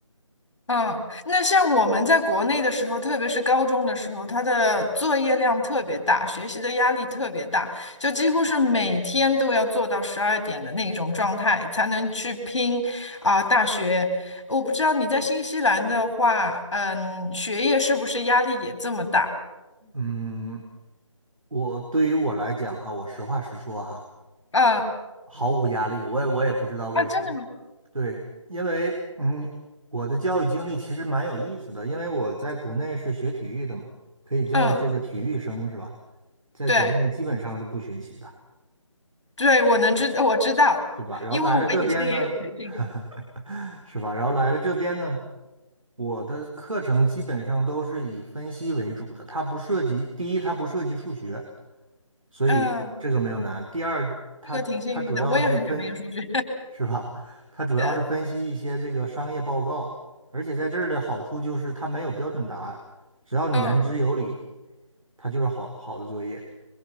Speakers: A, on the left; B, on the right.
A: 嗯，那像我们在国内的时候，特别是高中的时候，他的作业量特别大，学习的压力特别大，就几乎是每天都要做到十二点的那种状态，才能去拼啊、大学。我不知道你在新西兰的话，嗯，学业是不是压力也这么大？
B: 嗯，我对于我来讲哈，我实话实说哈，
A: 嗯，
B: 毫无压力。我也我也不知道为什么。
A: 啊，真的吗？
B: 对，因为嗯，我的教育经历其实蛮有意思的，因为我在国内是学体育的嘛，可以叫这个体育生是吧？
A: 嗯，
B: 在国内基本上是不学习的，
A: 对对，我能知我知道，
B: 对吧？然后来了这边呢，
A: 因为我以前也有培训，
B: <laughs> 是吧？然后来了这边呢，我的课程基本上都是以分析为主的，它不涉及，第一，它不涉及数学，所以这个没有难。
A: 嗯，
B: 第二，它它主要是分，
A: 这个挺幸运的，我也很讨厌数学，
B: <laughs> 是吧？它主要是分析一些这个商业报告，
A: <laughs> 对，
B: 而且在这儿的好处就是它没有标准答案，只要你言之有理，
A: 嗯。
B: 它就是好好的作业。